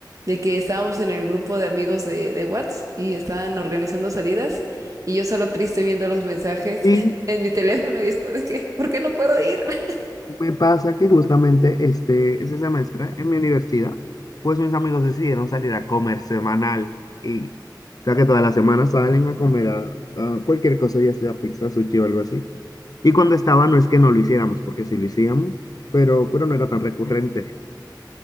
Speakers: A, on the right; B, on the left.
A: de que estábamos en el grupo de amigos de, de Whats y estaban organizando salidas y yo solo triste viendo los mensajes
B: Y
A: <laughs> en mi teléfono y es como de que, ¿por qué no puedo ir? <laughs>
B: me pasa que justamente este, este semestre en mi universidad, pues mis amigos decidieron salir a comer semanal y o sea que todas las semanas salen a comer a, a cualquier cosa, ya sea pizza, sushi o algo así. Y cuando estaba, no es que no lo hiciéramos, porque sí lo hacíamos, pero, pero no era tan recurrente.